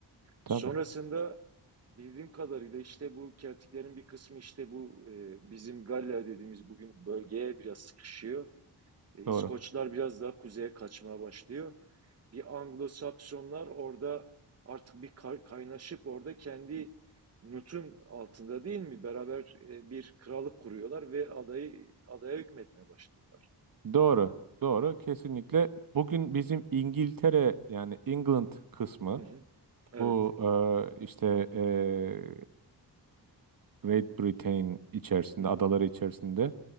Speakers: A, on the right; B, on the right.
A: tabii.
B: Sonrasında bildiğim kadarıyla işte bu Keltiklerin bir kısmı işte bu e, bizim Galler dediğimiz bugün bölgeye biraz sıkışıyor. E, İskoçlar
A: Doğru.
B: biraz daha kuzeye kaçmaya başlıyor. Bir Anglo-Saksonlar orada artık bir kay- kaynaşıp orada kendi nutun altında değil mi? Beraber e, bir krallık kuruyorlar ve adayı adaya hükmetmeye başlıyorlar.
A: Doğru. Doğru. Kesinlikle. Bugün bizim İngiltere yani England kısmı
B: Hı hı. Evet.
A: bu e, işte e, Great Britain içerisinde
B: Hı hı.
A: adaları içerisinde